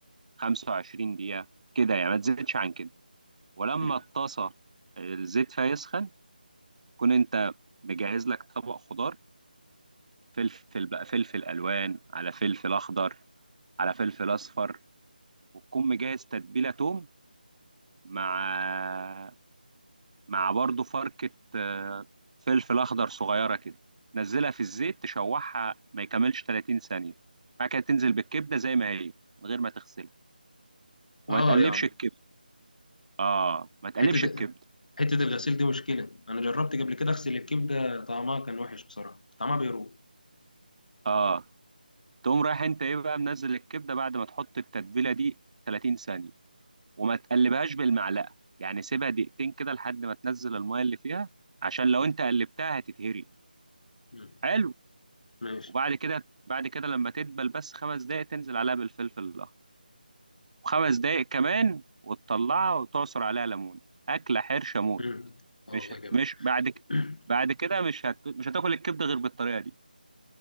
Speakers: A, on the right; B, on the left.
A: 25 دقيقة كده يعني ما تزيدش عن كده ولما
B: مم.
A: الطاسة الزيت فيها يسخن كون انت مجهز لك طبق خضار فلفل بقى فلفل الوان على فلفل اخضر على فلفل اصفر وتكون مجهز تتبيله توم مع مع برضه فركه آه، فلفل اخضر صغيره كده نزلها في الزيت تشوحها ما يكملش 30 ثانيه بعد كده تنزل بالكبده زي ما هي من غير ما تغسلها وما
B: اه
A: تقلبش
B: يا عم
A: الكبده اه ما تقلبش
B: حته
A: الكبده
B: حته الغسيل دي مشكله انا جربت قبل كده اغسل الكبده طعمها كان وحش بصراحه طعمها بيروح
A: اه تقوم رايح انت ايه بقى منزل الكبده بعد ما تحط التتبيله دي 30 ثانيه وما تقلبهاش بالمعلقه يعني سيبها دقيقتين كده لحد ما تنزل الميه اللي فيها عشان لو انت قلبتها هتتهري
B: مم.
A: حلو
B: ماشي
A: وبعد كده بعد كده لما تدبل بس خمس دقايق تنزل عليها بالفلفل الاخضر وخمس دقايق كمان وتطلعها وتعصر عليها ليمون اكله حرشه موت
B: مم. اه
A: مش
B: والله جامد
A: مش بعد ك-
B: <clears throat>
A: بعد كده مش هت... مش هتاكل الكبده غير بالطريقه دي